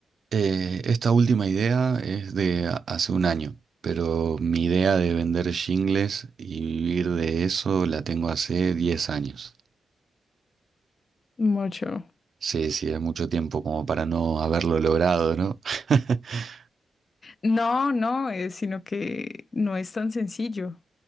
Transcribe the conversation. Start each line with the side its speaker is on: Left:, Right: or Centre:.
Right: Eh, esta última idea es de a- hace un año, pero mi idea de vender shingles y vivir de eso la tengo hace 10 años.
Left: Mucho.
Right: Sí, sí, es mucho tiempo como para no haberlo logrado, ¿no? <laughs>
Left: No, no, eh, sino que no es tan sencillo.